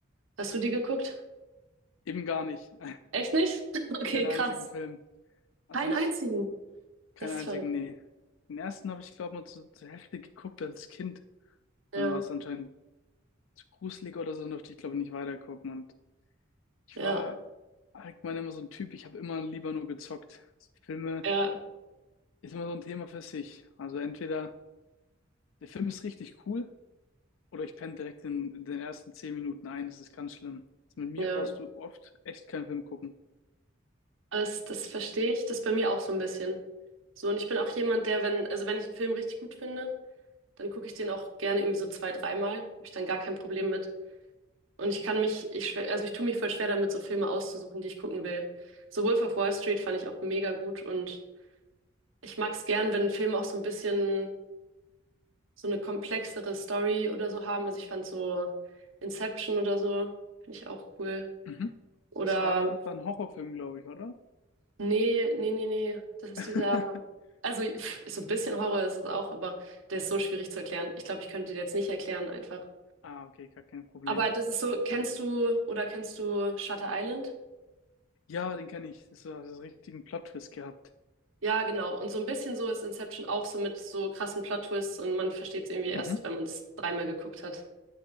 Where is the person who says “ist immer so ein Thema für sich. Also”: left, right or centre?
Left